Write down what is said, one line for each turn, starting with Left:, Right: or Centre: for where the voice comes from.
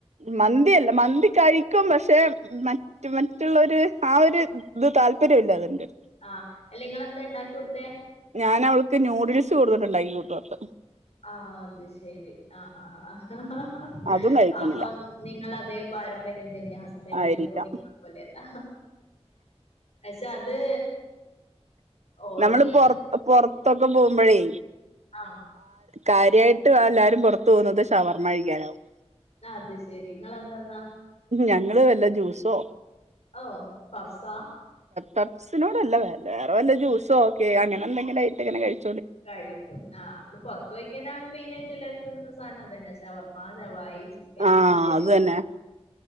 Right: മന്തിയല്ല മന്തി കഴിക്കും പക്ഷെ മറ്റ് മറ്റുള്ളോരേ ആ ഒരു ഇത് താല്പര്യം താല്പര്യമില്ല അതിന്റെ അടുത്ത്
Left: ആഹ് അല്ല ഇങ്ങളെന്താ ഉണ്ടാക്കി കൊടുത്തേ
Right: ഞാൻ അവൾക്ക് നൂഡിൽസ് കൊടുന്നിട്ട് ഉണ്ടായി കൊടുക്കൽ
Left: ആ അത് ശെരി ആ ആ ആ ഹഹഹ ഹ
Right: അതും കഴിക്കുന്നില്ല
Left: അപ്പോം നിങ്ങളാതേ പാരമ്പര്യം തന്നെ ഹസ്ബന്റ്നെ
Right: ആയിരിക്കാം
Left: പോലെ ഇങ്ങളെ പോലെയല്ല പക്ഷെ അത് ഓൾക്ക്
Right: നമ്മള് പുറ പുറത്തൊക്കെ പോകുമ്പോഴേ
Left: ആഹ
Right: കാര്യമായിട്ട് എല്ലാരും പുറത്തു പോകുന്നത് ഷവർമഴിക്കാനാവും
Left: അത് ശരി നിങ്ങളെന്താ തിന്നാ
Right: ഞങ്ങള് വല്ല ജ്യൂസോ
Left: ഓ പഫ്സാ?
Right: പഫ്സിനോടല്ല വേറെ വല്ല ജൂസോ ഒക്കെ അങ്ങനെ എന്തെങ്കിലും ആയിട്ട് ഇങ്ങനെ കഴിക്കു
Left: കഴിക്കും ആ നമ്മള് പുറത്ത് പോയിക്കഴിഞ്ഞ മെയിനായിട്ട് എല്ലാരും തിന്നന്ന സാധനം അത് തന്നെ ഷവർമ്മ ഷവായി ചിക്കന്
Right: ആഹ്
Left: മറ്റേത്
Right: അത് തന്നെ